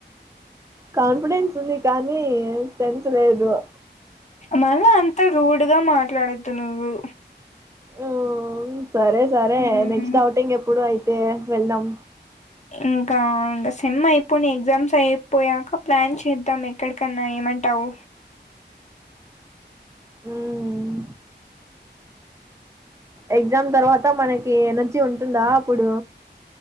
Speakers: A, on the right (about 15°); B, on the left (about 40°).
A: కాన్ఫిడెన్స్ ఉంది కానీ తెంచలేదు
B: మళ్ళా అంత రూడ్ గా మాట్లాడద్దు నువ్వు
A: అ సరే సర
B: హ్మ్
A: నెక్స్ట్ ఔటింగ్ ఎప్పుడు యితు కే వెళ్దాం
B: ఇంకా అండీ సెమ్ ఐపోయినయ ఎక్జామ్స్ ఏ పోయాక ప్లాన్ చేద్దాం ఎక్కడికన్న ఏమంటావు
A: ఉమ్, ఎగ్జామ్ తర్వాత మనకి ఎనర్జీ ఉంటుందా అప్పుడు